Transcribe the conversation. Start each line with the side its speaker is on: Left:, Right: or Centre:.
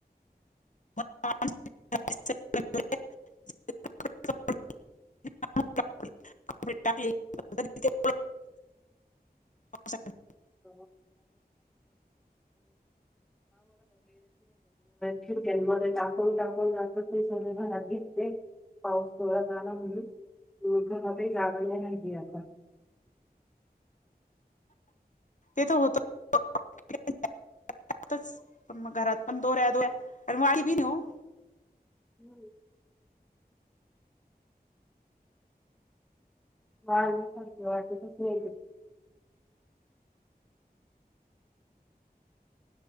Left: <inaudible> <inaudible> पावसानं.
Centre: <inaudible> खिडक्यांमध्ये टाकून टाकून ते रात्री सगळे घरात घेते. पाऊस जोरात आला म्हणून, घरातही जागा नाही राहिली आता.
Left: ते तर होत <unintelligible> पण मग घरात पण दोऱ्या दोऱ्या, आणि वाळ बी नाय ओ.
Centre: हम्म वाळले सारखे वाटतं नाही ती.